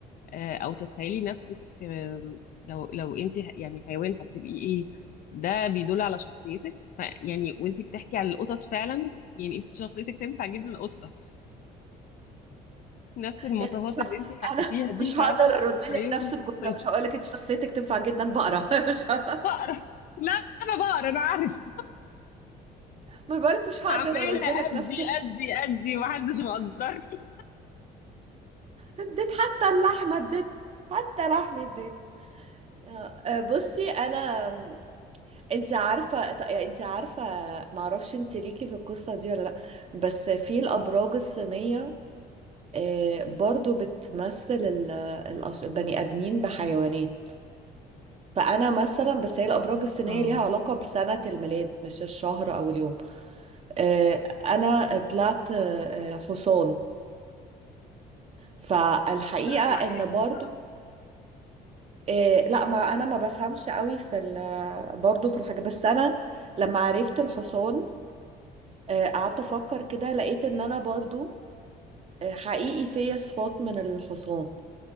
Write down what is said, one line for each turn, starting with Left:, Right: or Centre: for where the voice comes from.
Left: آه، او تتخيلي نفسك آم، لو لو انت يعني حيوان هتبقي ايه ده بيدل على شخصيتك فيعني وانت بتحكي على القطط فعلا يعني انت شخصيتك تنفع جدا قطة نفس المواصفات
Right: يعني مش ه...
Left: اللي انت حكيتيها
Right: انا
Left: دي
Right: مش
Left: فعلا
Right: هقدر ارد
Left: قريبة
Right: لك نفس
Left: من شخصيتي
Right: الجمله مش هقول لك انت شخصيتك تنفع جدا بقره <laughs> مش ه...
Left: بقرا لا انا بقرا انا عارفة
Right: ما أنا بقولك مش هقدر
Left: عمالة
Right: ارد لك
Left: ادي
Right: نفس ال-
Left: ادي ادي ومحدش مقدرني
Right: اديت حتى اللحمه اديت حتى لحمه اديت آه، آه، بصي انا م، انت عارفه ط- يعني انت عارفه ما اعرفش انت ليكي في القصه دي ولا لا بس في الابراج الصينيه آه، برضو بتمثل ال- الأش- البني ادمين بحيوانات فانا مثلا بس هي الابراج السينيه
Left: اه
Right: ليها علاقه بسنه الميلاد مش الشهر او اليوم آه، انا طلعت آه، حصان فالحقيقه
Left: ده
Right: ان
Left: معناه ايه
Right: برضو
Left: بقى
Right: آه، لا ما انا ما بفهمش قوي في ال- برضو في الحاجه بس انا لما عرفت الحصان آه، قعدت افكر كده لقيت ان انا برضو آه، حقيقي فيا صفات من الحصان